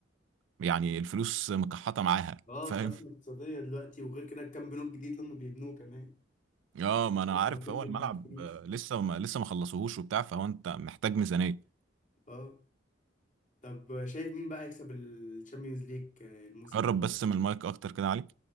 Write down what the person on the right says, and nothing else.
يعني الفلوس مكحطة معاها
فاهم
اه ما انا
عارف
هو الملعب
آه، لسه ما لسه ما خلصوهوش وبتاع فهو انت محتاج ميزانية
قرب
بس من المايك اكتر كده يا علي